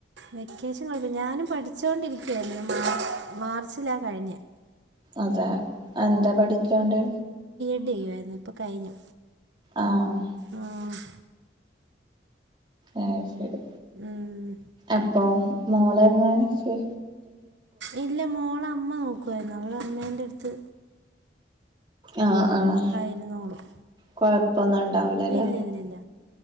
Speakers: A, on the right; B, on the right.
A: വെക്കേഷൻ കുഴപ്പം ഞാനും പഠിച്ചോണ്ടിരിക്കയായിരുന്നു മാ മാർച്ചിലാ കഴിഞ്ഞേ
B: അതെ എന്താ പഠിക്കാണ്ട്
A: യ്യായിരുന്നു ഇപ്പൊ കഴിഞ്ഞു
B: ആഹ്
A: ആഹ്
B: അയ് ശരി
A: ഉം.
B: അപ്പൊ മോള എങ്ങാനും ശ
A: ഇല്ല മോള അമ്മ നോക്കുവാരുന്നു അവള് അമ്മേന്റട്ത്ത്
B: ആഹ് ആഹ്
A: ഇരുന്നോളും
B: കൊഴപ്പൊന്നും ഉണ്ടാവൂല്ലല്ലോ
A: ഇല്ല ഇല്ല ഇല്ല